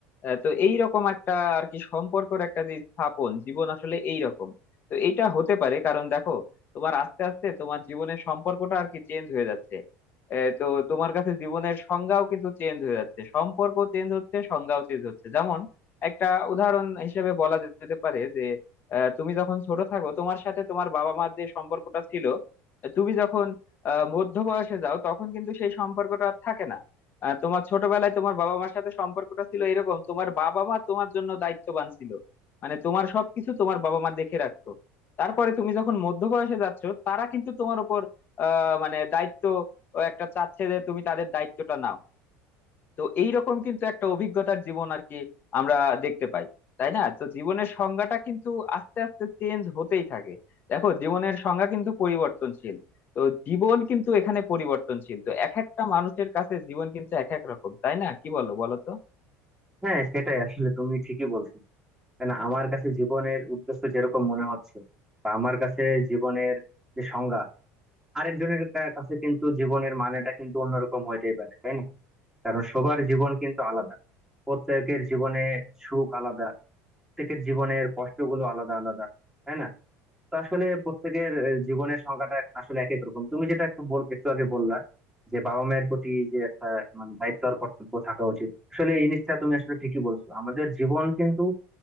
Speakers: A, on the left; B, in the centre.
A: আহ, তো এই রকম একটা আর কি সম্পর্কের একটা যে স্থাপন জীবন আসলে এই রকম তো এটা হতে পারে কারণ দেখো তোমার আস্তে আস্তে তোমার জীবনের সম্পর্কটা আর কি চেঞ্জ হয়ে যাচ্ছে আহ, তো তোমার কাছে জীবনের সংজ্ঞাও কিন্তু চেঞ্জ হয়ে যাচ্ছে সম্পর্ক চেঞ্জ হচ্ছে সংজ্ঞাও চেঞ্জ হচ্ছে যেমন একটা উদাহরণ হিসেবে বলা যেতে পারে যে আহ, তুমি যখন ছোট থাকো তোমার সাথে তোমার বাবা মার যে সম্পর্কটা ছিল আহ, তুমি যখন আহ, মধ্য বয়সে যাও তখন কিন্তু সেই সম্পর্কটা আর থাকে না আহ, তোমার ছোটবেলায় তোমার বাবা মার সাথে সম্পর্কটা ছিল এরকম তোমার বাবা মা তোমার জন্য দায়িত্ববান ছিল মানে তোমার সবকিছু তোমার বাবা মা দেখে রাখতো তারপরে তুমি যখন মধ্য বয়সে যাচ্ছ তারা কিন্তু তোমার উপর আহ মানে দায়িত্ব একটা চাচ্ছে যে তুমি তাদের দায়িত্বটা নাও তো এইরকম কিন্তু একটা অভিজ্ঞতার জীবন আর কি আমরা দেখতে পাই তাই না তো জীবনের সংজ্ঞাটা কিন্তু আস্তে আস্তে চেঞ্জ হতেই থাকে দেখো জীবনের সংজ্ঞা কিন্তু পরিবর্তনশীল তো জীবন কিন্তু এখানে পরিবর্তনশীল তো এক একটা মানুষের কাছে জীবন কিন্তু এক এক রকম তাই না কি বলো বলো তো
B: হ্যাঁ সেটাই আসলে তুমি ঠিকই বলছো কেন আমার কাছে জীবনের উদ্দেশ্য যেরকম মনে হচ্ছে বা আমার কাছে জীবনের যে সংজ্ঞা আরেকজনের কা- কাছে কিন্তু জীবনের মানেটা কিন্তু অন্যরকম হইতেই পারে তাই না কারণ সবার জীবন কিন্তু আলাদা প্রত্যেকের জীবনে সুখ আলাদা প্রত্যেকের জীবনের কষ্টগুলো আলাদা আলাদা তাই না তো আসলে প্রত্যেকের আহ, জীবনের সংখ্যাটা আসলে এক এক রকম তুমি যেটা একটু বল একটু আগে বললা যে বাবা মায়ের প্রতি যে একটা মানে দায়িত্ব আর কর্তব্য থাকা উচিত আসলে এই জিনিসটা তুমি আসলে ঠিকই বলছো আমাদের জীবন কিন্তু